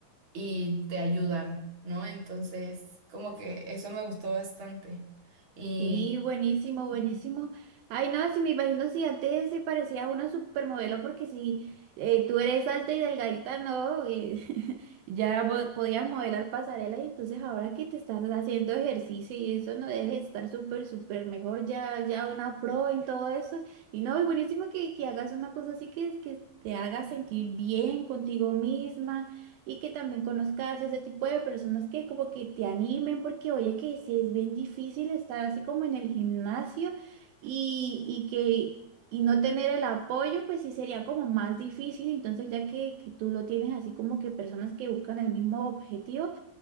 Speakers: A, on the right (about 35°); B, on the right (about 75°).
A: y te ayudan, ¿no? Entonces, como que eso me gustó bastante. Y
B: Sí, buenísimo,
A: Ujú.
B: buenísimo. Ay, no, si me imagino si antes se parecía a una supermodelo, porque si eh, tú eres alta y delgadita, no, Eh, <laughs> ya mo- podías modelar pasarelas y entonces ahora que te estás haciendo ejercicio y eso, no dejes de estar súper, súper mejor, ya, ya una pro en todo eso. Y no, es buenísimo que, que hagas una cosa así que, que te haga sentir bien contigo misma y que también conozcas ese tipo de personas que como que te animen, porque oye que sí es bien difícil estar así como en el gimnasio y, y que y no tener el apoyo, pues sí sería como más difícil. Entonces, ya que, que tú lo tienes así como que personas que buscan el mismo objetivo,